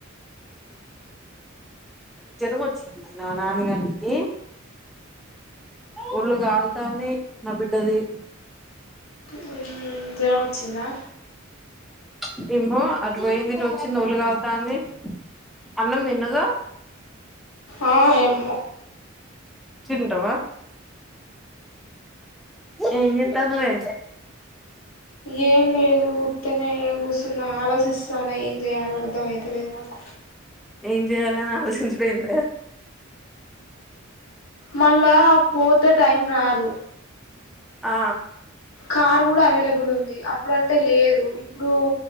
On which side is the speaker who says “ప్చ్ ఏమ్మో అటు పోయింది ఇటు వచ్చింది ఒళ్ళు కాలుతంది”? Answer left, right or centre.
Centre